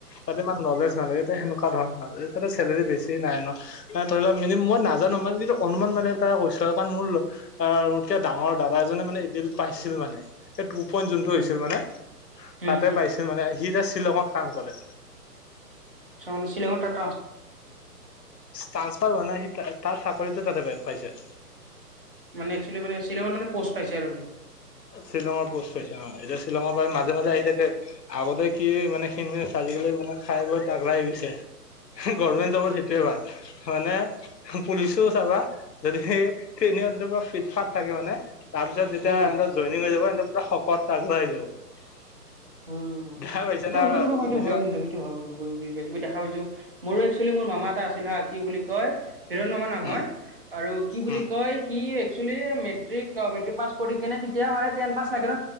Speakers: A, on the left; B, on the right.
A: তাতে ইমান নলেজ নালাগে তে সেনেকুৱা ধৰণৰ এতাতে চেলেৰি বেছি নাই ন, আ ধৰি ল‌ মিনি মই নাজানো মানে যিটো অনুমান মানে এটা কৈছো কাৰণ মোৰ আ মোত কে ডাঙৰ দাদা এজনে মানে এইটোত পাইছিল মানে। সেই টু পইণ্ট যোনটো
B: উম।
A: হৈছিল মানে
B: হুম
A: তাতে
B: হুম
A: পাইছিল মানে সি এতিয়া শ্বিলঙত কাম কৰে।
B: আচ্ছা মানে শ্বিলংত তাত
A: তানচ্ফাৰ হয় নাই সি তাৰ চাক কৰিত তাতে পা - পাইছে।
B: মানে একচুৱেলি মানে শ্বিলঙৰ মানে প'ষ্ট পাইছে আৰু সি।
A: শ্বিলঙৰ পোষ্ট পাইছে অ', এতিয়া শ্বিলঙৰ পৰা মাজে মাজে আহি থাকে আগতে কি মানে খিন মিন আছিল। আজিকালি মানে খাই বই তাগৰা হৈ‌ গিছে। হে গৰমেন্ট জবৰ সেইটোয়ে ভাল, মানে পুলিচো চাবা যদি সে জোনে জেনেকোৱা ফিট ফাট থাকে হয় নে তাৰ পিছত যেতিয়া
B: উম
A: এনতৰ জইনিং হৈ যাব এনতৰ পুৰা শকত তাগৰা হৈ যাব।
B: উম,
A: দেখা পাইছা
B: সিটো
A: না
B: সিটো কিন্তু হয় সিটো
A: বুজি
B: হয়
A: পা
B: কিন্তু ‌সিটো হয়‌ <unintelligible> মই বুজি পাইছোঁ, মই দেখা পাইছো মোৰো এক্স ছলি মোৰ মামা এটা আছিল হা কি বুলি কয় হিৰণ মামা নাম
A: উম
B: হয় আৰু কি বুলি
A: উম
B: কয় কি একচলি মেট্ৰিক অ মেট্ৰিক পাছ কৰি কেনে তেতিয়া মানে টেন পাছ লাগে ন